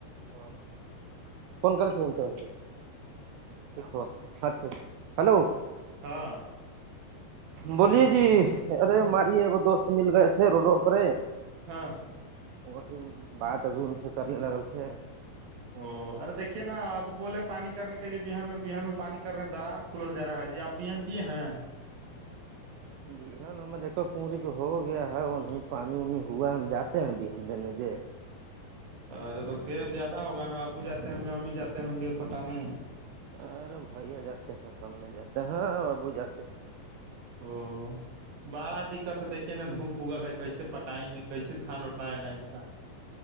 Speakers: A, on the right (about 85°); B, on the right (about 70°).
A: ہاں فون کر ف کراچا اچھا اچا ہلو
B: ہاں
A: بولیے جی ارے ہماریے ایکگ دوست مل گئے تھے روڈوں پر
B: ہاں
A: اور ہی بات ابھی ان سے کرنے لگل تھے
B: او ارے دھیے نا ابو بولے پانی کرنے کے لیے بان میں بہان میں پانی کرنے درار کھل جا جی اب بہان کی ہاں
A: بہان ہماریک کوری کو ہو گیا ہے وہیں پانی وانی ہوا ہے ہم جاتے ہیں بہان ان د نجے
B: ارے تو کیب زیادہ ہوگا نا ابو جاتے ہوں گے امی جاتے ہوں گے پٹانے
A: ارے بھائیا جاتے ہیں ہم نہیں جاتے ہاں بابو جاتے ہیں
B: او بڑا دقت ہے دیکھیے نا دھوپ اگل ہے کیسے پٹائیں گے کیسے دھان روپائے گا انسان